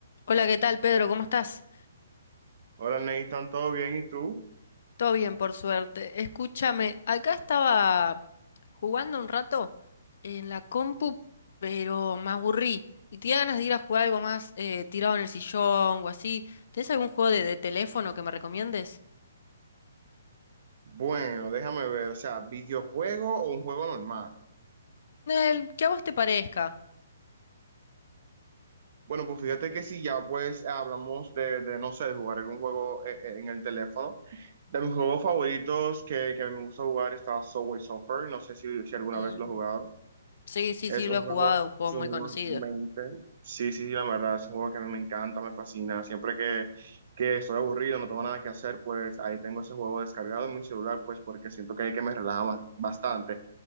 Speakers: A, on the left; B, on the right.
A: Hola, ¿qué tal, Pedro? ¿Cómo estás?
B: Hola Nathan, ¿todo bien? ¿Y tú?
A: Todo bien, por suerte. Escúchame, acá estaba jugando un rato en la compu, pero me aburrí. Y tenía ganas de ir a jugar algo más eh, tirado en el sillón o así. ¿Tienes algún juego de, de teléfono que me recomiendes?
B: Bueno, déjame ver, o sea, ¿videojuego o un juego normal?
A: El que a vos te parezca.
B: Bueno, pues fíjate que si ya pues hablamos de, de, no sé, de jugar algún juego eh, eh, en el teléfono. De mis juegos favoritos que, que me gusta jugar está Subway Surfer, no sé si, si alguna
A: Mm,
B: vez lo he jugado.
A: sí, sí,
B: Es
A: sí, lo
B: un
A: he
B: juego
A: jugado, un juego
B: sumamente...
A: muy conocido.
B: Sí, sí, sí, la verdad, es un juego que a mí me encanta, me fascina. Siempre que, que estoy aburrido, no tengo nada que hacer, pues ahí tengo ese juego descargado en mi celular, pues porque siento que, que me relaja ba- bastante.